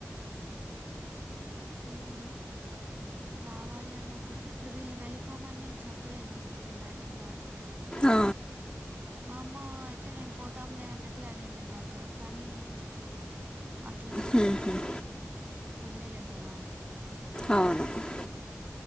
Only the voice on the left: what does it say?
ఆ,
హ్మ్, హ్మ్.
అవును <unintelligible>